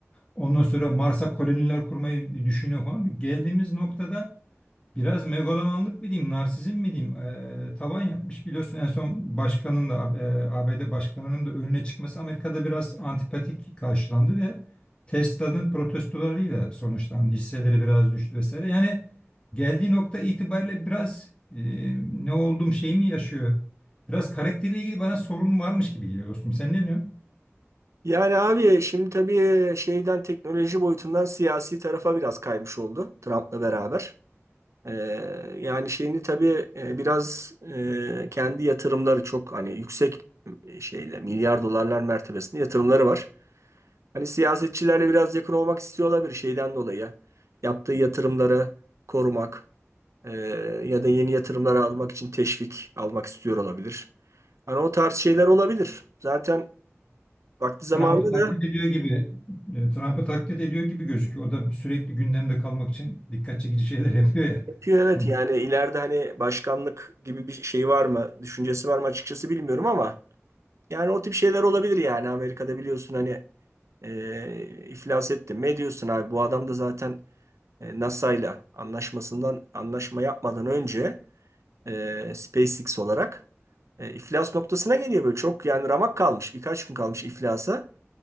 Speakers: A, on the left (about 20°); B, on the right (about 75°).
A: Ondan sonra Mars'a koloniler kurmayı düşünüyor falan. Geldiğimiz noktada Biraz megalomanlık mı diyeyim, narsizm mi diyeyim, eee, tavan yapmış. Biliyorsun en son başkanın da eee, ABD başkanının da önüne çıkması Amerika'da biraz antipatik karşılandı ve Tesla'nın protestolarıyla sonuçlandı. Hisseleri biraz düştü vesaire. Yani geldiği nokta itibariyle biraz eee, ne oldum şeyimi yaşıyor. Biraz karakteriyle ilgili bana sorun varmış gibi geliyor dostum. Sen ne diyorsun?
B: Yani abi şimdi tabii şeyden teknoloji boyutundan siyasi tarafa biraz kaymış oldu Trump'la beraber. E, yani şeyini tabii e, biraz e, kendi yatırımları çok hani yüksek e, şeyle milyar dolarlar mertebesinde yatırımları var. Hani siyasetçilerle biraz yakın olmak istiyor olabilir şeyden dolayı. Yaptığı yatırımları korumak e, ya da yeni yatırımları almak için teşvik almak istiyor olabilir. Hani o tarz şeyler olabilir. Zaten vakti zamanında
A: Trump'ı taklit
B: da
A: ediyor gibi e, Trump'ı taklit ediyor gibi gözüküyor. O da sürekli gündemde kalmak için dikkat çekici şeyler yapıyor ya.
B: yapıyor evet
A: <laughs>
B: yani ileride hani başkanlık gibi bir şey var mı, düşüncesi var mı açıkçası bilmiyorum ama Yani o tip şeyler olabilir yani Amerika'da biliyorsun hani e, iflas ettin. Ne diyorsun abi? Bu adam da zaten e, NASA ile anlaşmasından anlaşma yapmadan önce e, SpaceX olarak e, iflas noktasına geliyor böyle çok yani ramak kalmış birkaç gün kalmış iflasa.